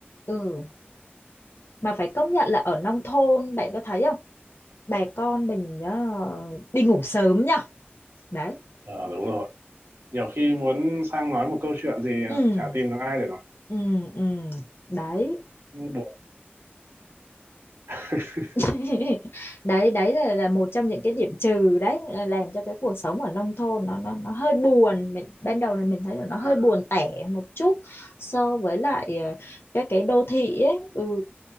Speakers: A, on the left; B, on the right.
A: ừ, mà phải công nhận là ở nông thôn bạn có thấy không? Bà con mình nhá, đi ngủ sớm nhá. Đấy.
B: Ờ, đúng rồi nhiều khi muốn sang nói một câu chuyện gì
A: Ừm,
B: chả tìm được ai để nói
A: ừm, ừm. Đấy.
B: buồn <laughs>
A: <laughs> Đấy, đấy là, là một trong những cái điểm trừ đấy là làm cho cái cuộc sống ở nông thôn nó nó nó hơi buồn. Mình ban đầu là mình thấy là nó hơi
B: à,
A: buồn tẻ một chút so với lại ờ, các cái đô thị ấy. Ừ.